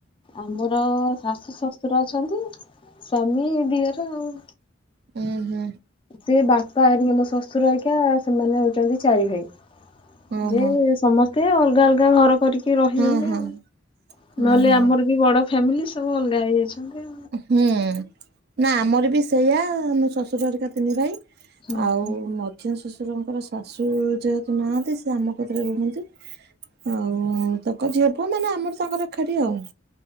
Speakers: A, on the left; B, on the right.
A: ଆମର ଶାଶୁ ଶଶୁର ଅଛନ୍ତି। ସ୍ଵାମୀ ଦିଅର ଆଉ।
B: ଉଁ ହୁଁ।
A: ସେ ବାପା ହେରିକି ମୋ ଶ୍ୱଶୁର ହାରିକା ସେମାନେ ହଉଚନ୍ତି ଚାରି ଭାଇ।
B: ଓହୋ
A: ଯେ ସମସ୍ତେ ଅଲଗା ଅଲଗା ଘର କରିକି ଏ ରହିଛନ୍ତି
B: ହଁ ହଁ
A: ଆଉ
B: ଓ
A: ନହେଲେ
B: ହଁ।
A: ଆମର ବି ବଡ ଫ୍ୟାମିଲି ସବୁ ଅଲଗା ହେଇଯାଇଚନ୍ତି ଆଉ।
B: ହୁଁ ନା ଆମର ବି ସେଇଆ ଶ୍ୱଶୁର ହରିକା ତିନି ଭାଇ
A: ହୁଁ।
B: ଆଉ ମ ଝିଆଁ ଶ୍ୱଶୁରଙ୍କର ଶାଶୁ ଯେହେତୁ ନାହାନ୍ତି ସେ ଆମ କତିରେ ରୁହନ୍ତି। ଆଉ ତାଙ୍କ ଝିଅ ପୁଅ ମାନେ ଆମର ତାଙ୍କର ଏକାଠି ଆଉ।